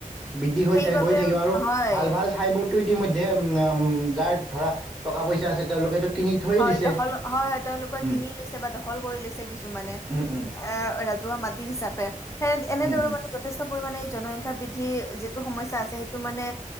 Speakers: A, in the centre; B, on the left.
A: বৃদ্ধি হৈ
B: সেইবাবে
A: থাক গৈ থাকিব আৰু
B: হয়,
A: ভাল ভাল ঠাই বোৰতো ইতিমধ্যে অ উম, যাৰ ধৰা টকা পইচা আছে তেওঁলোকেতো কিনি থৈয়ে
B: হয়
A: দিছে
B: দখল হয়- হয় তেওঁলোকে
A: উম
B: কিনি লৈছে বা দখল কৰি লৈছে কিছুমানানে
A: উম উম
B: এ ৰাজহুৱা মাতি হিচাপে সে এনেদৰে
A: উম উম
B: মানে যথেষ্ট। পাৰিমানে জনসংখ্যা বৃদ্ধি যিটো সমস্যা আছে সেইটো মানে